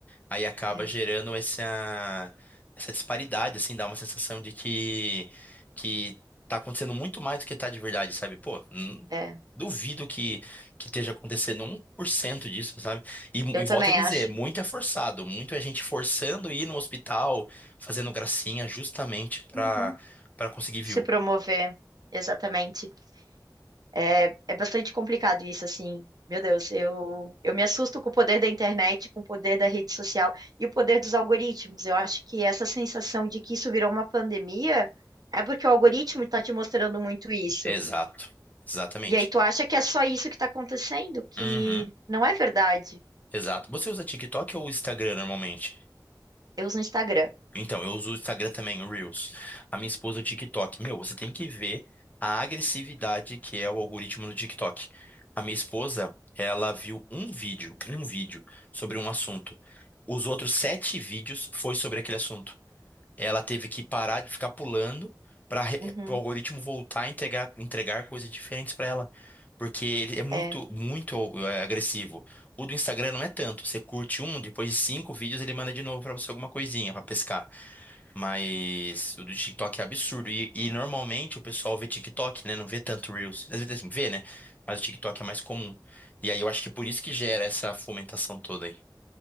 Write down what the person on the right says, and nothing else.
é,
é.
Eu
também
acho.
Uhum.
Se
promover, exatamente. É, é bastante complicado isso, assim. Meu Deus, eu, eu me assusto com o poder da internet, com o poder da rede social e o poder dos algoritmos. Eu acho que essa sensação de que isso virou uma pandemia é porque o algoritmo está te mostrando muito isso.
E aí tu acha que é só isso que está acontecendo, que
não é verdade.
Eu uso o Instagram.
Uhum,
é,